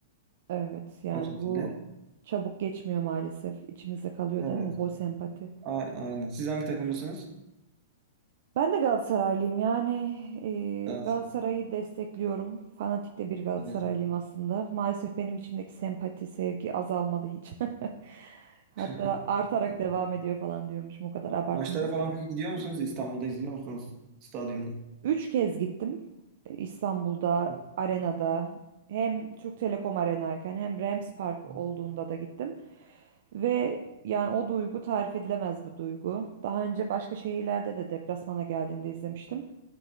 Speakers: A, on the right; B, on the right.
A: Evet yani
B: O şekilde.
A: bu çabuk geçmiyor maalesef. İçimizde kalıyor
B: Evet.
A: değil mi bu sempati?
B: A- aynen. Siz hangi takımlısınız?
A: Ben de Galatasaraylıyım yani eee,
B: Galatasaray.
A: Galatasaray'ı destekliyorum. Fanatik de bir Galatasaraylıyım
B: Evet.
A: aslında. Maalesef benim içimdeki sempati, sevgi azalmadı hiç. <laughs> Hatta
B: <laughs>
A: artarak
B: Evet.
A: devam ediyor falan diyormuşum o kadar abartmayayım.
B: Maçlara falan
A: ama.
B: peki gidiyor musunuz? İstanbul'da izliyor musunuz stadyumda?
A: Üç kez gittim E, İstanbul'da,
B: Hı
A: arenada hem Türk Telekom arenayken hem Rams Park
B: hı,
A: olduğunda da gittim. Ve yani o duygu tarif edilemez bir duygu. Daha önce başka şehirlerde de deplasmana geldiğinde izlemiştim.